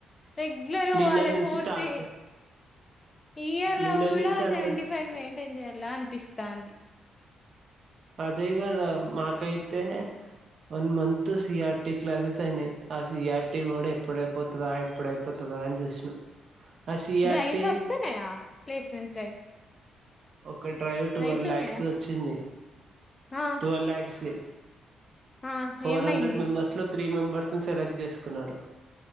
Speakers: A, on the left (about 25°); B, on the right (about 50°).
A: రెగ్యలర్ గా
B: నిన్న
A: పోవాలి
B: నుంచి
A: ఫోర్
B: స్టార్ట్
A: తీ ఈ ఇయర్ లో
B: నిన్న
A: కూడా
B: నుంచి అందరికి
A: సెవెంటీ ఫైవ్ మెయింటైన్ చెయ్యాల అనిపిస్తాంది
B: అదే గదా మనకైతే one month C R T classes అయినాయి ఆ సి ఆర్ టీ కూడా ఎప్పుడైపో తిందాం ఎప్పుడయిపోతదా అని చూసినం ఆ సి
A: డ్రైవ్స్
B: ఆర్ టీ
A: వస్తున్నాయా ప్లేస్మెంట్స్ డ్రైవ్స్
B: ఒక డ్రైవ్ టువల్
A: అయితున్నాయా
B: లాక్స్ ది వచ్చింది
A: ఆ
B: టువల్ లాక్స్ ది
A: ఆ
B: ఫోర్
A: ఏమైంది
B: హండ్రెడ్ మెంబర్స్ లో త్రీ మెంబెర్స్ ని సెలెక్ట్ చేసుకున్నారు